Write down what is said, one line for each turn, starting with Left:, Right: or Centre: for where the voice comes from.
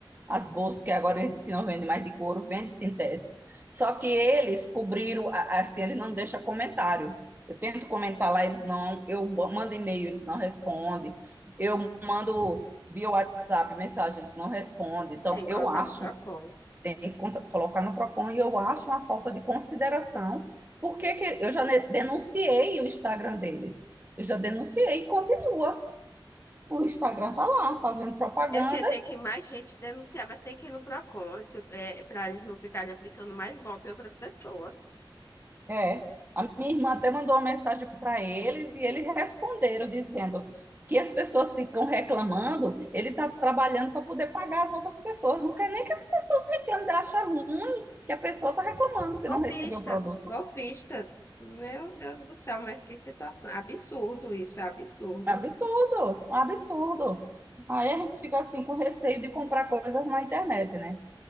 Right: As bolsas que agora eles dizem que não vendem mais de couro, vende sintético. Só que eles cobriram, assim, eles não deixam comentário. Eu tento comentar lá, eles não, eu mando e-mail, eles não respondem. Eu mando via WhatsApp mensagem, eles não respondem. Então,
Left: tem que
Right: eu
Left: colocar
Right: acho,
Left: no Procon.
Right: tem que colocar no Procon, e eu acho uma falta de consideração, porque que- eu já denunciei o Instagram deles. Eu já denunciei e continua. O Instagram tá lá, fazendo propaganda
Left: É porque tem que mais gente denunciar, mas tem que ir no Procon, para eles não ficarem aplicando mais golpe a outras pessoas.
Right: É, a minha irmã até mandou uma mensagem para eles e eles responderam dizendo que as pessoas ficam reclamando, ele está trabalhando para poder pagar as outras pessoas. Não quer nem que as pessoas reclamem, ele acha ruim que a pessoa está reclamando que
Left: Golpistas,
Right: não recebeu o produto.
Left: golpistas. Meu Deus do céu, mas que situação. Absurdo isso, é absurdo.
Right: É um absurdo, é um absurdo. Aí a gente fica assim com receio de comprar coisas na internet, né?